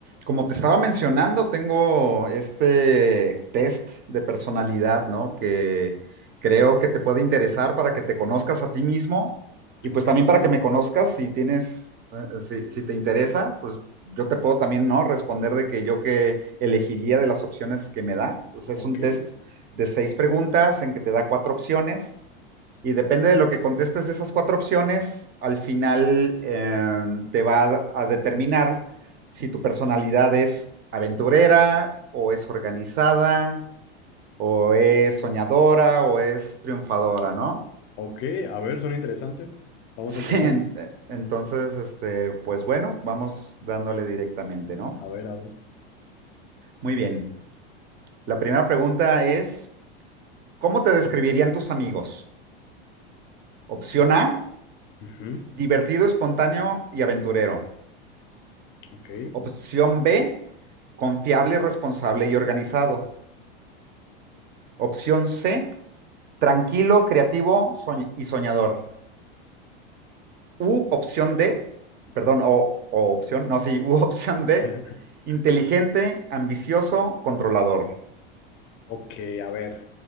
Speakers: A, on the right; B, on the left.
A: Como te estaba mencionando, tengo este test de personalidad, ¿no? Que creo que te puede interesar para que te conozcas a ti mismo y
B: Ok,
A: pues también para que me conozcas si tienes, eh, si, si te interesa, pues yo te puedo también, ¿no? Responder de que yo que elegiría de las opciones que me da. O sea, es
B: ok,
A: un test de seis preguntas en que te da cuatro opciones y depende de lo que contestes de esas cuatro opciones, al final eh, te va a, determinar si tu personalidad es aventurera o es organizada o es soñadora o es triunfadora, ¿no? <laughs>
B: ok. A ver, suena interesante. Vamos
A: Sí,
B: a empezar.
A: ent- entonces, este, pues bueno, vamos dándole directamente, ¿no?
B: A ver, a ver.
A: Muy bien. La primera pregunta es, ¿cómo te describirían tus amigos? Opción A,
B: Ujú,
A: divertido, espontáneo y aventurero.
B: Ok.
A: Opción B, confiable, responsable y organizado. Opción C, tranquilo, creativo soñ- y soñador. U opción D, perdón, o, o opción, no, sí, <laughs> U opción D,
B: <laughs>
A: inteligente, ambicioso, controlador.
B: Ok, a ver.